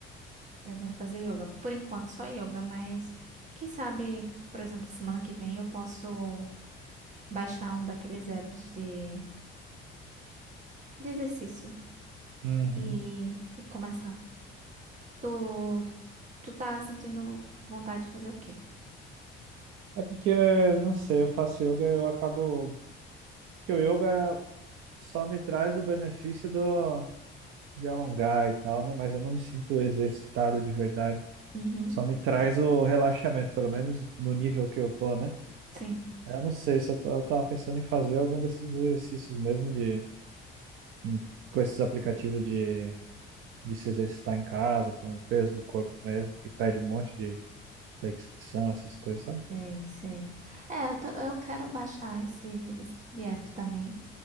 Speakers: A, on the right; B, on the right.
A: pretendo fazer yoga. Por enquanto, só yoga, mas quem sabe, por exemplo, semana que vem eu posso. baixar um daqueles apps de, de exercício
B: Uhum.
A: e, e começar. Tu, tu tá sentindo vontade de fazer o quê?
B: É porque, não sei, eu faço yoga e eu acabo. Porque o yoga só me traz o benefício do... de alongar e tal, né? Mas eu não me sinto exercitado de verdade.
A: Uhum,
B: Só me traz o relaxamento, pelo menos no nível que eu tô, né?
A: sim.
B: Aí Eu não sei se eu, ta- eu tava pensando em fazer algum desses exercícios mesmo de em- com esses aplicativos de, de se exercitar em casa, com o peso do corpo mesmo, que pede um monte de flexão, essas coisas, sabe?
A: Sei, sei. É, eu, tô- eu quero baixar esse, esse tipo de app também,